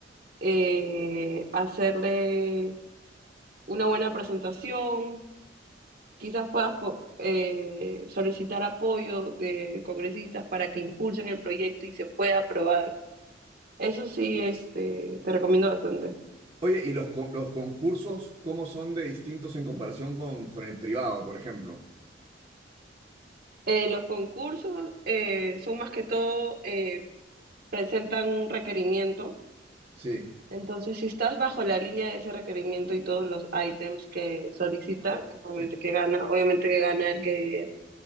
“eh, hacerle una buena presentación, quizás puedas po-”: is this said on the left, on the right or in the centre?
Right